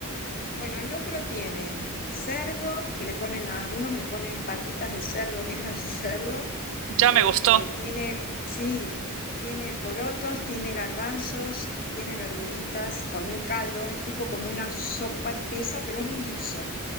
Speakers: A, on the left; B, on the right.
A: Bueno, el locro tiene cerdo, que le ponen, a algunos le ponen patitas de cerdo, orejas de cerdo,
B: Ya
A: Eh,
B: me gustó.
A: tiene, sí, tiene porotos, tiene garbanzos, tiene verduritas con un caldo, es tipo como una sopa espesa, pero es un guiso.